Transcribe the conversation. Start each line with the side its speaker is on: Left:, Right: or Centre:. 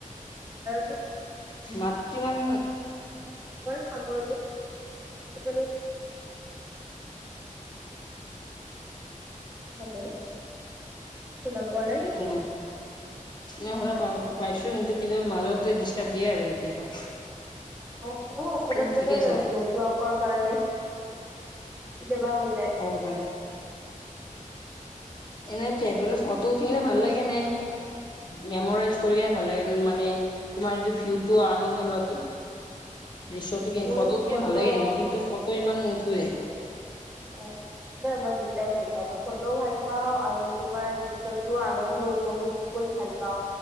Right: <unintelligible>
Left: মতিবান
Right: সাগৰ প <unintelligible> হেল্ল' শুনা পোৱা নাই নেকি
Left: অহ ন শুনা পাওঁ পাইছো কিন্তু কেতিয়াবা মাজতে ডিষ্টাৰ্ব দিয়ে আৰু কেতিয়াবা
Right: অ অ অকমান
Left: কিন্তু ঠিকে
Right: মানে
Left: আছে দিয়া
Right: নেটৱৰ্কৰ কাৰণে কেতিয়া বা হৈ যায়
Left: হ'ব পাৰে এনেতে এবোলে ফটো উঠিনে ভাল লাগে কেনে মেমৰেজ কৰি কেনে ভাল লাগে মানে তোমাৰ এইটো ভিউটো আনন্দ লোৱাটো দূশ্যটো কি
Right: মোৰ
Left: ফটো উঠি
Right: ফটো
Left: ভাল লাগে ন মই কিন্তু ফটো ইমান নুঠোৱে
Right: অ নাই মই দুটাই ভাল পাওঁ মই ফটোও ভাল পাওঁ আৰু তোমাৰ দৃশ্যতো আনন্দও উপভোগ কৰি ভাল পাওঁ।